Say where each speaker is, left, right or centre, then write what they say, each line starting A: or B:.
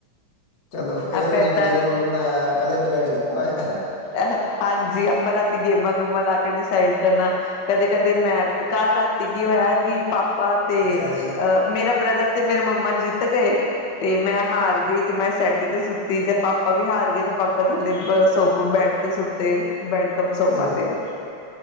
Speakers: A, on the left; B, on the left.
A: ਚਲੋ ਇਹ
B: ਆਪਾਂ
A: ਤੁਸੀਂ
B: ਏਦਾਂ
A: ਵਧੀਆ ਰੂਲ ਬਣਾਇਆ ਪਹਿਲੇ ਡਿਵਾਈਡ ਕੀਤਾ ਹੋਇਆ।
B: ਅ ਹਾਂਜੀ ਆਪਾਂ ਰਾਤੀ ਗੇਮਾਂ-ਗੂਮਾਂ ਲਾ ਕੇ ਡਿਸਾਈਡ ਕਰਨਾ। ਕਦੇ-ਕਦੇ ਮੈਂ ਕੱਲ ਰਾਤੀ ਕੀ ਹੋਇਆ ਕਿ ਪਾਪਾ ਤੇ
A: ਅੱਛਾ ਜੀ
B: ਅਹ। ਮੇਰਾ ਬ੍ਰਦਰ ਤੇ ਮੇਰੇ ਮੰਮਾ ਜਿੱਤ ਗਏ। ਤੇ ਮੈਂ ਹਾਰ ਗੀ ਤੇ ਮੈਂ ਸੈਟੀ ਤੇ ਸੁੱਤੀ ਤੇ ਪਾਪਾ ਵੀ ਹਾਰ ਗਏ ਤੇ ਪਾਪਾ ਥੱਲੇ ਬ। ਸੋਫ ਬੈਡ ਤੇ ਸੁੱਤੇ ਬੈਡ ਕਮ ਸੋਫਾ
A: ਅੱਛਾ
B: ਤੇ।